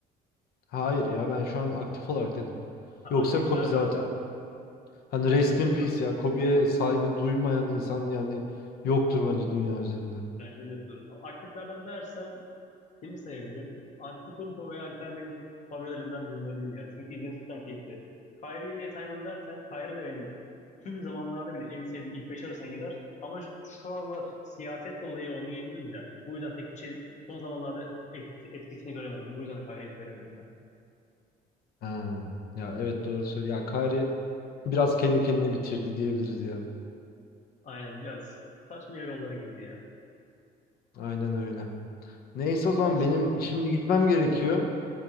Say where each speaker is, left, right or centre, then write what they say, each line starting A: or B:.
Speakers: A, on the left; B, on the left.
A: Hayır ya ben şu an aktif olarak dedim.
B: Ha,
A: Yoksa
B: aktiflerden
A: Kobe zaten hani
B: evet
A: rest
B: evet
A: in peace ya Kobe'ye saygı duymayan insan yani yoktur bence dünya üzerinde.
B: bence de dur. Aktiflerden dersen kimi sayabilirim? Antetokounmpo veya Alperen benim favorilerimden birileri ya. Çünkü izlemesi keyifli. Kyrie'yi niye saymadım dersen Kyrie de benim tüm zamanlarda bile en sevdiğim ilk beş arasına gider. Ama şu şu aralar siyaset dolayı oynayamıyor ya. Bu yüzden pek bir şey son zamanlarda et- etkisini göremedim. Bu yüzden Kyrie'yi söylemedim ben.
A: Ha, ya evet doğru söylüyor. Ya Kyrie biraz kendi kendine bitirdi diyebiliriz ya.
B: Aynen biraz saçma yollara girdi ya.
A: Aynen öyle. Neyse
B: Peki
A: o zaman
B: ben şimdi...
A: benim şimdi gitmem gerekiyor.